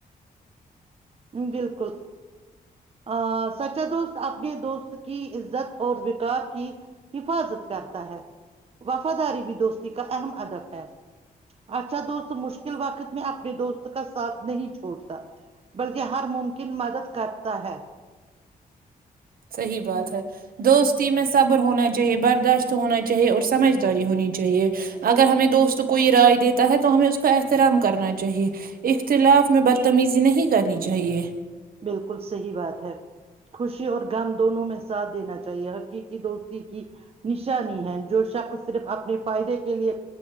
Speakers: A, on the right; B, on the right.
A: ہ بالکل ا سچا دوست اپنے دوست کی عزت اور وکار کی <unintelligible> حفاظت کرتا ہے وفاداری بھی دوستی کا اہم ادب ہے <unintelligible> اچھا دوست مشکل وقت میں اپنے دوست کا ساتھ نہیں چھڑ اتا <inaudible> بلکہ ہر ممکن مدد <unintelligible> کپ <inaudible> ہے <inaudible>
B: صحیح بات ہے دوستی میں صبر ہونا چاہیے برداشت ہونا چاہیے اور سمجھداری ہونی چاہیے اگر ہمیں دوست کو <unintelligible> کوئی رائے دیتا ہے تو ہمیں اس احترام کرنا چاہیے اختلاف میں بدتمیزی نہیں کرنی چاہیے
A: بالکل صحیح بات ہے خوشی اور غم دونوں میں ساتھ دینا چاہیے حقیقی دوستی کی نشانی ہے جو شخص صرف اپنے فائدے کے لیے